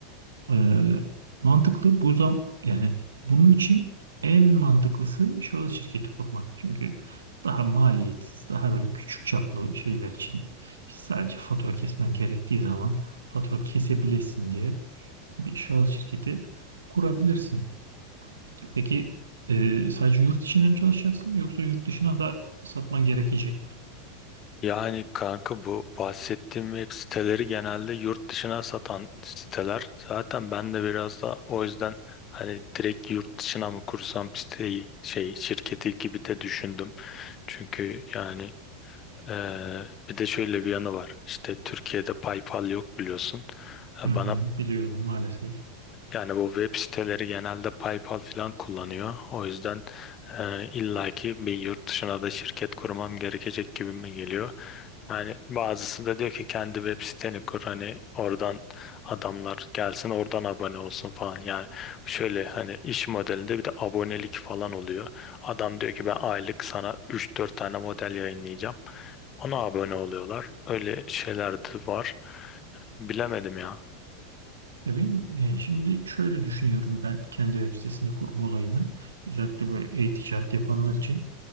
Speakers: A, on the right (about 75°); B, on the left (about 30°).
A: Ee, mantıklı bu zam yani bunun için en mantıklısı şahıs şirketi kurmak. Çünkü daha maliyetsiz, daha böyle küçük çaplı şeyler için işte sadece fatura kesmen gerektiği zaman fatura kesebilesin diye bir şahıs şirketi kurabilirsin. Peki e, sadece yurt içinde mi çalışacaksın yoksa yurt dışına da satman gerekecek mi?
B: Yani kanka bu bahsettiğim web siteleri genelde yurt dışına satan siteler. Zaten ben de biraz da o yüzden hani direkt yurt dışına mı kursam siteyi şey şirketi gibi de düşündüm. Çünkü yani eee, bir de şöyle bir yanı var. İşte Türkiye'de PayPal yok biliyorsun. Ha,
A: Hı hı,
B: Bana
A: biliyorum maalesef.
B: Yani bu web siteleri genelde PayPal falan kullanıyor. O yüzden e, illaki bir yurt dışına da şirket kurmam gerekecek gibime geliyor. Yani bazısı da diyor ki kendi web siteni kur hani oradan adamlar gelsin oradan abone olsun falan. Yani şöyle hani iş modelinde bir de abonelik falan oluyor. Adam diyor ki ben aylık sana üç dört tane model yayınlayacağım. Ona abone oluyorlar. Öyle şeyler de var. Bilemedim ya.
A: Ya benim, yani şimdi şöyle düşünüyorum ben kendi web sitesini kurma olayını. Özellikle böyle e-ticaret yapanlar için.